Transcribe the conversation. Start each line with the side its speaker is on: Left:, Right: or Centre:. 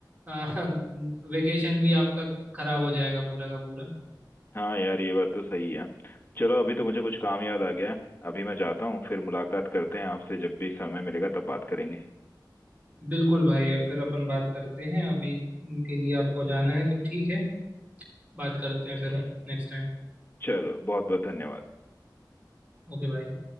Right: <laughs> वेकेशन भी आपका खराब हो जाएगा पूरा का पूरा
Left: हाँ यार ये बात तो सही है चलो अभी तो मुझे कुछ काम याद आ गया है अभी मैं जाता हूँ फिर मुलाकात करते हैं आपसे जब भी समय मिलेगा तब बात करेंगे
Right: बिल्कुल भाई अब फिर अपन बात करते हैं अभी के लिए आपको जाना है तो ठीक है बात करते हैं फिर नेक्स्ट टाइम
Left: चलो बहुत बहुत धन्यवाद
Right: ओके भाई